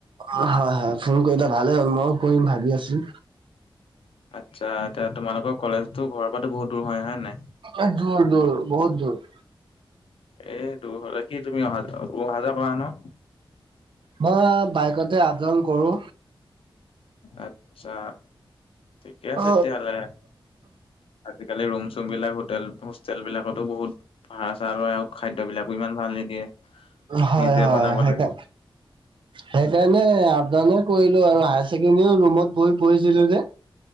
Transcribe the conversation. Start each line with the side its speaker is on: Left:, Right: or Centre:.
Right: অ, হয়- হয় ফোন কৰিলা ভালেই হ'ল মইয়ো কৰিম ভাবি আছোঁ।
Left: আচ্ছা এতিয়া তোমালোকৰ কলেজতো ঘৰৰ পৰাতো বহুত দূৰ হয়- হয় নাই?
Right: এ দূৰ- দূৰ বহুত দূৰ।
Left: এ দূৰ হলে কি তুমি অহা যোৱা উহা যোৱা কৰা ন'?
Right: মই বাইকতে আপডাউন কৰোঁ।
Left: আতছা ঠিকে আছে
Right: অ
Left: তেতিয়াহ'লে। আজিকালি ৰুম চুম বিলাক হোটেল হোষ্টেল বিলাকতো বহুত ভাড়া চাড়া লয় আৰু খাদ্যবিলাকো ইমান ভাল নিদিয়ে।
Right: হয়-
Left: নিজে
Right: হয়
Left: বনাব
Right: সেইটো
Left: লাগে
Right: সেইকাৰণে আপডাউনে কৰিলোঁ আৰু হায়াৰ ছেকেণ্ডৰীও ৰুমত বহি পঢ়িছিলোঁ যে।